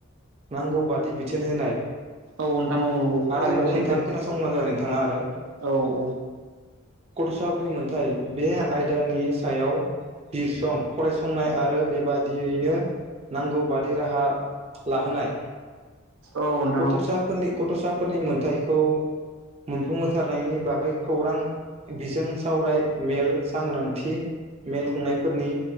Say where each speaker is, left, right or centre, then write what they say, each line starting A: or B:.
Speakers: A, on the right; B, on the right.
A: नांगौ बादि बिथोन होनाय
B: औ नोंथां औ नंगौ
A: आरो
B: थारैनो
A: दंबावो
B: सैथो
A: नोंथां खोनासंबानो जाबाय नोंथाङा आरो
B: औ औ
A: गथ'साफोरनि मोनथाय बे आयदानि सायाव बिरसं फरायसंनाय आरो बेबादियैनो नांगौ बादि राहा लाहोनाय
B: औ नोंथां
A: गथ'साफोरनि
B: औ
A: गथ'सा फोरनि मोनथायखौ मोनफुंहोथारनायनि बागै खौरां बिजों सावराय मेल सांग्रांथि मेल खुंनायफोरनि